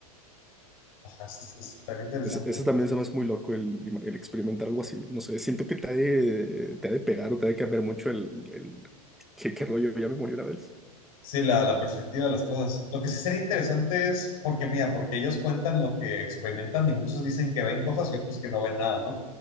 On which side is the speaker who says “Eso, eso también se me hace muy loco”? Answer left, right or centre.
Centre